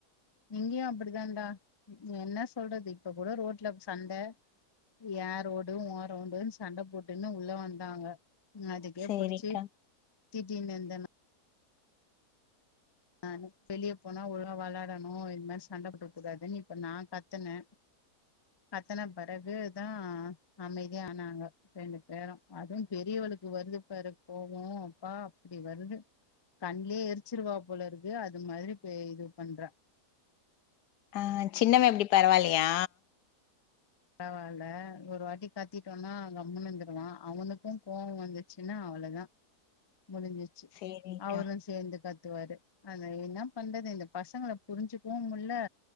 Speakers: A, on the left; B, on the left.
A: இங்கயோ அப்டிதான்டா என்ன சொல்றது இப்ப கூட ரோட்ல சண்ட ஏ ரோடு உ ரோடுன்னு சண்ட போட் டுன்னு உள்ள வந்தாங்க அதுக்கே
B: சேரிக்கா
A: புடிச்சு திட்டினேயிருந்தே நானு வெளிய போனா ஒழுங்கா வெளாடணோ இது மாரி சண்டப்போட்டுக்கக் கூடாதுன்னு இப்ப நா கத்துனே கத்தன பெறகுதா அமைதியா ஆனாங்க ரெண்டு பேரோ அதோ பெரியவளுக்கு வருது பாரு போவோ அப்பா அப்டி வருது கண்லயே எரிச்சிருவா போலயிருக்கு அது மாரி இது பண்றா
B: ஆஹ் சின்னவ எப்டி பரவாலையா
A: பரவாயில்ல ஒரு வாட்டி கத்திட்டோனா கம்முனு இருந்துருவா அவனுக்கோ கோவோ வந்துச்சுன்னா அவளதா முடிஞ்சிச்சு
B: சேரிக்கா
A: அவரோ சேர்ந்து கத்துவாரு அது என்ன பண்றது இந்த பசங்கள புரிஞ்சுக்கவோ முல்ல